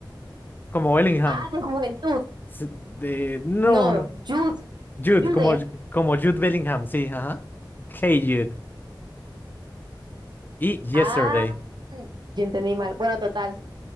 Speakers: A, on the left; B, on the right.
A: como Bellingham.
B: Ah, de juventud.
A: S- De... No,
B: No,
A: no.
B: Jude,
A: Jude,
B: Jude.
A: como, como Jude Bellingham, sí, ajá. Hey Jude. Y Yesterday.
B: Ah, yo entendí mal. Bueno, total.